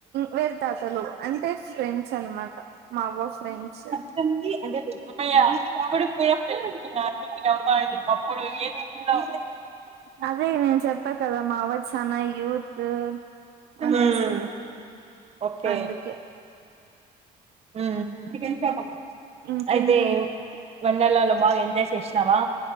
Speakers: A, on the right; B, on the right.
A: వేర తాతలు అంటే ఫ్రెండ్స్ అనమాట మా అవ్వ ఫ్రెండ్స్
B: కంది అమ్మయప్పుడు కూడా ఫెన్నారుడి అవబ అప్పుడు ఏదలో
A: అదే నేను చెప్పా కదా మా అవ్వ చన్న యూత్
B: హ్మ్
A: అనేసి
B: ఓకే
A: అందుకే
B: హ్మ్
A: ఇంకేంటి
B: అయితే వన్డర్ల లో బాగా ఎంజాయ్ చేస్త తిన్నావా